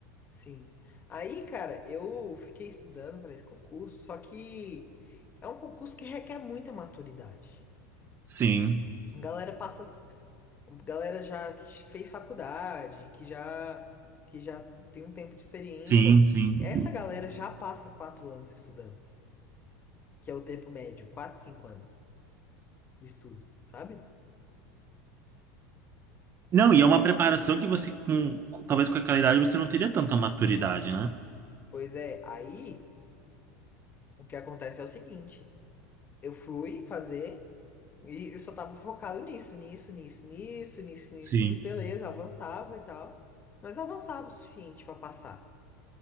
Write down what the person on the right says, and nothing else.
Sim,
sim, sim.
Não, e é uma preparação que você, com, talvez com aquela idade, você não teria tanta maturidade, né?
Sim,